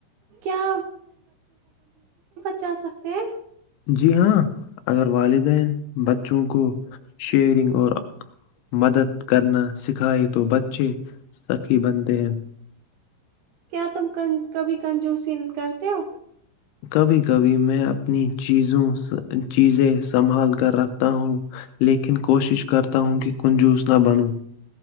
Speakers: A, on the right (about 70°); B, on the left (about 80°).
A: کیا جا سکتے ہیں
B: جی ہاں اگر والدین بچوں کو شیئرنگ اور مدد کرنا سکھائے تو بچے سکی بنتے ہیں
A: کیا تم کبھی کنجوسن کرتے ہو؟
B: کبھی کبھی میں اپنی چیز <unintelligible> چیزیں سنبھال کر رکھتا ہوں لیکن کوشش کرتا ہوں کہ کنجس نہ بنوں